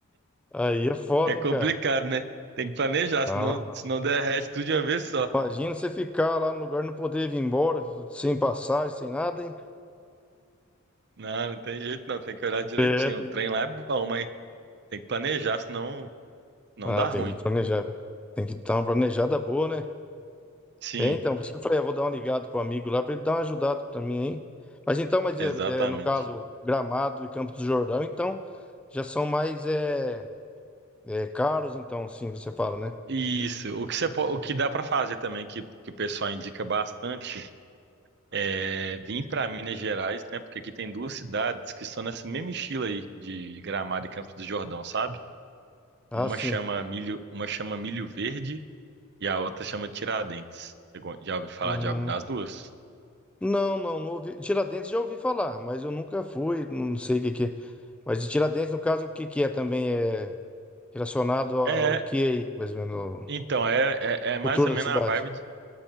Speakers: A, in the centre; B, on the right (about 50°).
A: Aí é foda,
B: É complicado,
A: hein, cara?
B: né? Tem que planejar,
A: Não,
B: senão,
A: não.
B: senão derrete tudo de uma vez só.
A: Imagina você ficar lá no lugar e não poder vir embora, sem passagem, sem nada, hein?
B: Não, não tem jeito não, tem que olhar direitinho.
A: É. tem-
B: O trem lá é bom, mas tem que planejar, senão não
A: Ah,
B: dá
A: tem
B: ruim.
A: que planejar. né? Tem que dar uma planejada boa, né?
B: Sim.
A: É, então, por isso que eu falei, eu vou dar uma ligada pro amigo lá pra ele dar uma ajudada pra mim, hein? Mas então, mas
B: Exatamente.
A: é, é, no caso, Gramado e Campos do Jordão, então, já são mais é, é, caros, então, sim, você fala, né?
B: Isso. O que você, po- o que dá para fazer também, que, que o pessoal indica bastante, é vir para Minas Gerais, né? Porque aqui tem duas cidades que são nessa mesma estilo aí de Gramado e Campos do Jordão, sabe?
A: Ah,
B: Uma
A: sim.
B: chama Milho, uma chama Milho Verde e a outra chama Tiradentes. Você go- já ouviu falar
A: Hum.
B: de alguma das duas?
A: Não, não, não ouvi. Tiradentes já ouvi falar, mas eu nunca fui, não sei o que que é. Mas de Tiradentes, no caso, o que que é também é relacionado ao
B: É,
A: que é, aí, mais ou menos,
B: então, é, é, é mais
A: cultura
B: ou
A: da
B: menos
A: cidade.
B: a vibe de,